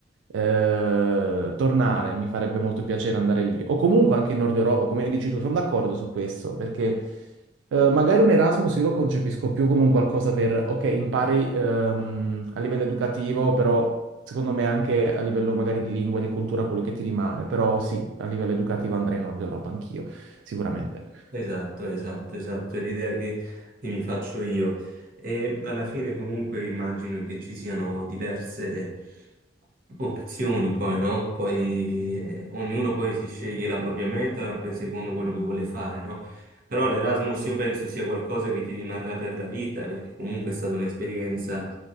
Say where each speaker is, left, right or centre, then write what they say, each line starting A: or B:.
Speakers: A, on the right (about 85°); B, on the right (about 50°).
A: eh, tornare, mi farebbe molto piacere andare lì. O comunque anche in Nord Europa, come dici tu, sono d'accordo su questo, perché eh, magari un Erasmus io lo concepisco più come un qualcosa per, ok, impari ehm, a livello educativo, però secondo me anche a livello magari di lingua, di cultura, quello che ti rimane. Però sì, a livello educativo andrei in Nord Europa anch'io, sicuramente.
B: Esatto, esatto, esatto, è l'idea che, che mi faccio io. E alla fine comunque immagino che ci siano diverse opzioni poi, no? Poi eh, ognuno poi si sceglie la propria meta per- secondo quello che vuole fare, no? Però l'Erasmus io penso sia qualcosa che ti rimarrà per la vita, perché comunque è stata un'esperienza